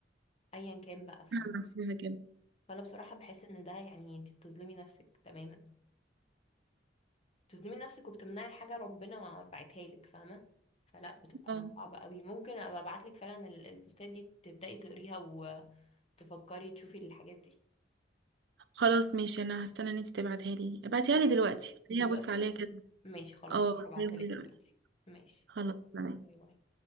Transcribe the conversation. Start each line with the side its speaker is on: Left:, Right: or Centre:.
Left: ايا كان بقى فاهمة
Right: أنا نفسها كده
Left: فانا بصراحة بحس ان ده يعني انت بتظلمي نفسك تماما تظلمي نفسك وبتمنعي حاجة ربنا بعتها لك فاهمة فلا بتبقى
Right: اه
Left: صعبة قوي ممكن ابقى ابعت لك فعلا ال- البوستات دي تبدأي تقريها وتفكري تشوفي الحاجات دي
Right: خلاص ماشي انا هستنى ان انتي تبعتها لي ابعتيها
Left: خلاص
Right: لي دلوقتي خليني
Left: دلوقتي
Right: ابص عليها كده
Left: ماشي خلاص
Right: اه
Left: هروح
Right: هبعتها
Left: ابعتها لك
Right: لي
Left: دلوقتي
Right: دلوقتي
Left: ماشي
Right: خلاص تمام
Left: باي باي